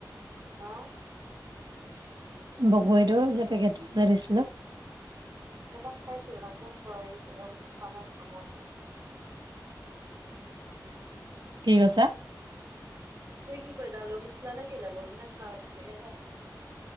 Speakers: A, on the right; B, on the right.
A: হা?
B: বগৰীতো যে পেকেটতো যে দিছিলো।
A: এবাৰ খাইছিলো তাৰপিছত খোৱা, খোৱা নাই খাম আৰু পিছত।
B: কি কৈছা?
A: ত কি কৰিলা লৈ গৈছিলা নে কিলো বল নে খা ইয়াতে আছে?